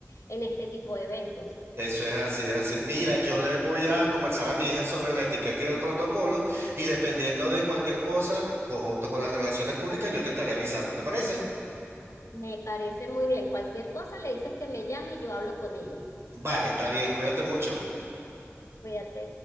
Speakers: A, on the left (about 80°); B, on the right (about 55°).
A: en este tipo de eventos.
B: eso es así, así. Mira, yo le voy a conversar a mi hija sobre la etiqueta y el protocolo y dependiendo de cualquier cosa, conjunto con las relaciones públicas, yo te estaré avisando, ¿te parece?
A: Me parece muy bien. Cualquier cosa le dices que me llame y yo hablo con ella.
B: Vale, está bien, cuídate mucho.
A: Cuídate.